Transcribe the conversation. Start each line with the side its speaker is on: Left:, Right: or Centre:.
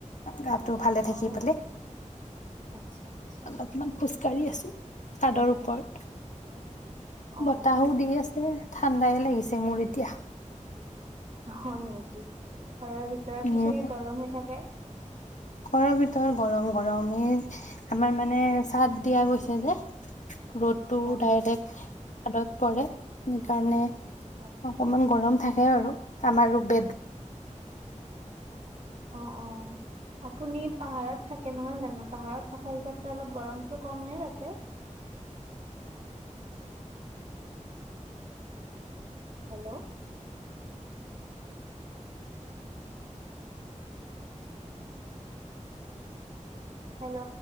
Left: গাত তোৰ ভালে থাকি
Right: অ
Left: পলে
Right: আচ্ছা আচ্ছা
Left: অলপমান খোজ কাঢ়ি আছো চাদৰ ওপৰত
Right: ঠিকে আছে অ
Left: বতাহো দি আছে ঠাণ্ডাই লাগিছে মোৰ এতিয়া
Right: হয় নেকি ঘৰৰ ভিতৰতটো
Left: উম
Right: চাগে গৰম হৈ থাকে
Left: ঘৰৰ ভিতৰত গৰম গৰমেই আমাৰ মানে চাদ দিয়া গৈছে যে ৰ'ডটো
Right: অ
Left: ডাইৰেক্ট হাতত পৰে সেইকাৰণে
Right: অ
Left: অকমান গৰম থাকে সেই আৰু আমাৰ বেডম
Right: অ অ আপুনি পাহাৰত থাকে নহয় জানো পাহাৰত থকা হিচাপ অলপ গৰমতটো কম নে তাতে হেল্ল' হেল্ল'